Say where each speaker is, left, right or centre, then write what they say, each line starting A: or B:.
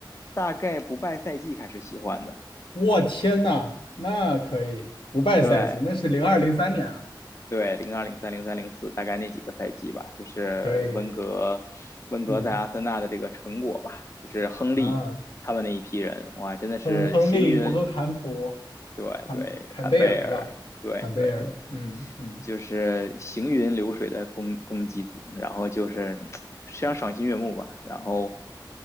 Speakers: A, on the left; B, on the left.
A: 大概不败赛季开始喜欢的，
B: 我天呐，那可以不败赛季，
A: 对，
B: 那是零二零三年啊，
A: 对，零二、零三、零三、零四，大概那几个赛季吧，就是温格，
B: 可以，
A: 温格在阿森纳的这个成果吧，
B: 嗯
A: 就是亨利他们那一批人，
B: 啊，
A: 哇，真的是行云，
B: 亨亨利、博格坎普、
A: 对对，
B: 坎坎贝尔是吧？
A: 坎贝尔，对对对，
B: 坎贝尔，嗯嗯，
A: 就是行云流水的攻攻击组，然后就是嗯非常赏心悦目吧，然后